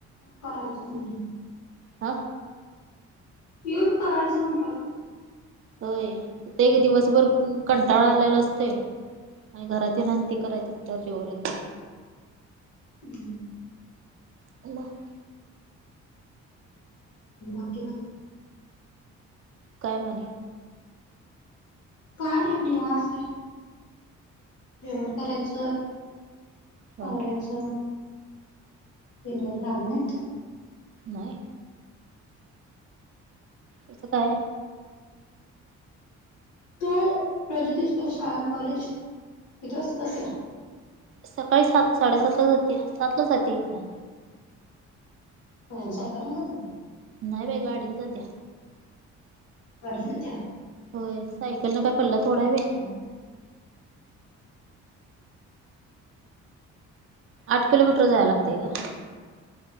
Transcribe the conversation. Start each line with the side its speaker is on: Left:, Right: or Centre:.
Left: करायच म्ह...
Right: हां.
Left: येऊन करायच म्हटल होत.
Right: होय, ते एक दिवसभर कंटाळा आलेला असतोय. आणि घरात ये आणि ते करायच दरजेवरच.
Left: <inaudible>
Right: <unintelligible>
Left: ओके बा.
Right: काय म्हणे.
Left: काय नाही निवांत आहे, जेवण करायच.
Right: ह
Left: आवरायच. तिन एक रामनाथ.
Right: नाही कस काय?
Left: काय प्रजोतश शाळा कॉलेज किती वाजता जातेस.
Right: सकाळी सात साडेसातला जातेया सातला जाते इथं,
Left: हो सायकलने जाते.
Right: नाही बाई गाडीत जाते.
Left: गाडीन जातेय.
Right: होय सायकल न काय पल्ला थोडाय व्हय.
Left: <inaudible>
Right: आठ किलोमीटर जायला लागतय गं.